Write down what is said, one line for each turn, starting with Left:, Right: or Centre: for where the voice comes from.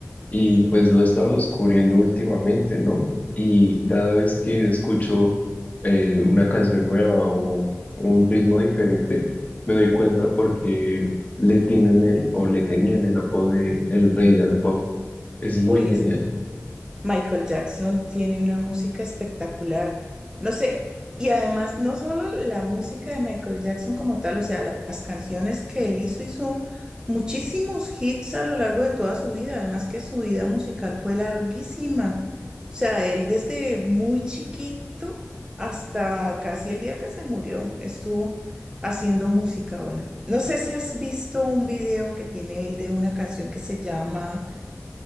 Left: y pues lo he estado descubriendo últimamente, ¿no? Y cada vez que escucho eh, una canción nueva o un ritmo diferente, me doy cuenta porque le tienen el o le tenían el apodo de el rey del pop. Es muy
Right: Uy,
Left: genial.
Right: es- Michael Jackson tiene una música espectacular. No sé, y además no solo la música de Michael Jackson como tal, o sea, la- las canciones que él hizo, hizo muchísimos hits a lo largo de toda su vida, además que su vida musical fue larguísima. O sea, él desde muy chiquito hasta casi el día que se murió estuvo haciendo música buena. No sé si has visto un video que tiene él de una canción que se llama